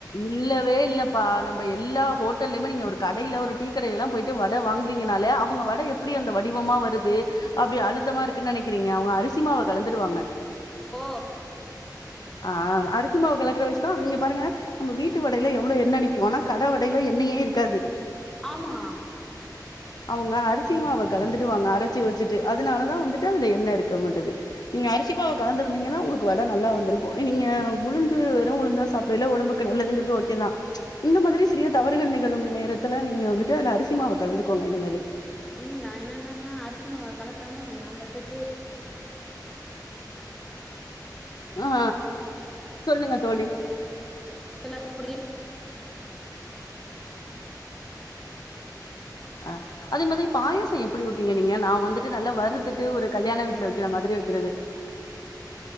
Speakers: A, on the left; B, in the centre.
A: இல்ல ப்றே இல்லப்பா நம்ப எல்லா ஹோட்டல்லையுமே நீங்க ஒரு கடையில ஒரு டீ கடையில எல்லா போயிட்டு வட வாங்றீங்கன்னாலே அவுங்க வட எப் பிடி அந்த வடிவமா வருது அப்டி அழுத்தமா இருக்குன்னு நெனைக்கிறீங்க அவுங்க அரிசிமாவ கலந்துடுவாங்க
B: ஓ
A: ஆ அரிசிமாவு கலக்குற வயிஸ் தா இவிங்க பாருங்க நம்ப வீட்டு வடையில எவ்ளோ எண்ணெ நிக்கும் ஆனா கட வடையில எண்ணெயே இருக்காது
B: ஆமா
A: அவுங்க அரிசிமாவ கலந்துடுவாங்க அரச்சி வெச்சுட்டு அதுனாலதா வந்துட்டு அதுல எண்ணெ இருக்க மாட்டுது நீங்க அரிசி மாவு கலந்திருந்தீங்கன்னா உங்ளுக்கு வட நல்லா வந்துருக்கும் நீங்க உளுந்து வெறும் உளுந்தா சாப்டையில ஒடம்புக் கு நல்லதுங்கிறது ஓக் க்கே தா இந்த மாதிரி சிறிய தவறுகள் நிகழும் நேரத்துல நீங்க வந்துட்டு அதுல அரிசிமாவ கலந்துக்கோங்க இனிமேலு
B: உம் நா என்னென்னா அரிசிமாவ கலக்காம நா பாட்டுக்கு
A: ஆ சொல்லுங்க தோழி
B: ல்ல புரி
A: அ அதே மாதிரி பாயசோ எப்பிடி வெப்பீங்க நீங்க நா வந்துட்டு நல்லா
B: அப்டியே
A: வறுத்துட்டு ஒரு கல்யாண வீட்ல வெக்கிற மாறி வெக் கிறது